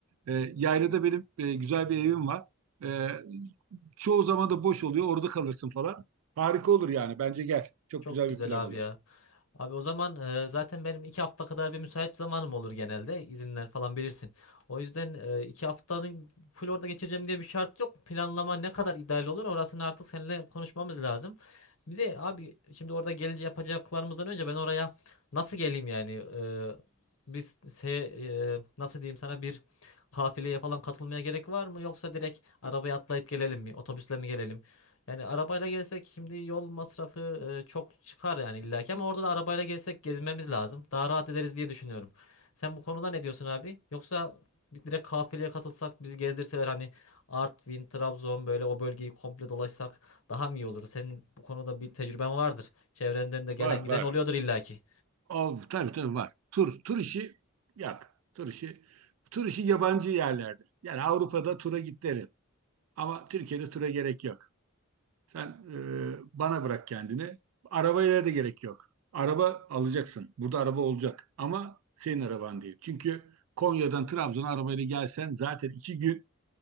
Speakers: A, on the right; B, on the left.
A: E, yaylada benim e, güzel bir evim var. E, çoğu zaman da boş oluyor. Orada kalırsın falan. Harika olur yani. Bence gel. Çok
B: Çok
A: güzel
B: güzel
A: bir plan olur.
B: abi ya. Abi o zaman e, zaten benim iki hafta kadar bir müsait zamanım olur genelde. İzinler falan bilirsin. O yüzden e, iki haftanın full orada geçireceğim diye bir şart yok. Planlama ne kadar ideal olur orasını artık seninle konuşmamız lazım. Bir de abi şimdi orada gelici yapacaklarımızdan önce ben oraya nasıl geleyim yani? E, biz se- e, nasıl diyeyim sana bir kafileye falan katılmaya gerek var mı? Yoksa direkt arabaya atlayıp gelelim mi? Otobüsle mi gelelim? Yani arabayla gelsek şimdi yol masrafı e, çok çıkar yani illaki ama orada da arabayla gelsek gezmemiz lazım. Daha rahat ederiz diye düşünüyorum. Sen bu konuda ne diyorsun abi? Yoksa bir- direkt kafileye katılsak bizi gezdirseler hani Artvin, Trabzon böyle o bölgeyi komple dolaşsak daha mı iyi olur? Senin bu konuda bir tecrüben vardır. Çevrenden de gelen
A: Var
B: giden
A: var.
B: oluyordur illaki.
A: Al, tabii tabii var. Tur, tur işi yak. Tur işi. Tur işi yabancı yerlerde. Yani Avrupa'da tura git derim. Ama Türkiye'de tura gerek yok. Sen e, bana bırak kendini. Arabaya da gerek yok. Araba alacaksın. Burada araba olacak. Ama senin araban değil. Çünkü Konya'dan Trabzon'a arabayla gelsen zaten iki gün